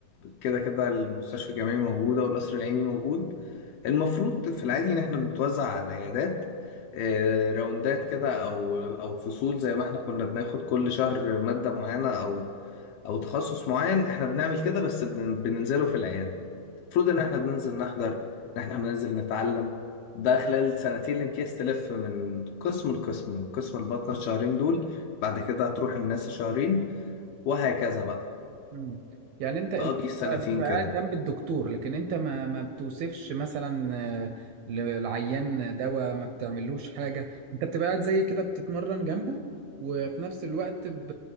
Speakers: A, on the left (about 70°); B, on the right (about 85°).
A: كده كده المستشفى الجامعي موجوده والقصر العيني موجود المفروض في العادي ان احنا بنتوزع على العيادات آه، راوندات كده او او فصول زي ما احنا كنا بناخد كل شهر ماده معينه او او تخصص معين احنا بنعمل كده بس بن- بننزله في العياده المفروض ان احنا بننزل نحضر ان احنا بننزل نتعلم ده خلال سنتين الامتياز تلف من قسم لقسم من قسم البطنة الشهرين دول بعد كده هتروح الناس شهرين وهكذا بقى
B: مم. يعني انت انت
A: تقضي السنتين
B: بتبقى
A: كده
B: قاعد جنب الدكتور لكن انت ما ما بتوصفش مثلا آه، للعيان دواء ما بتعملوش حاجة انت بتبقى قاعد زي كده بتتمرن جنبه وفي نفس الوقت ب...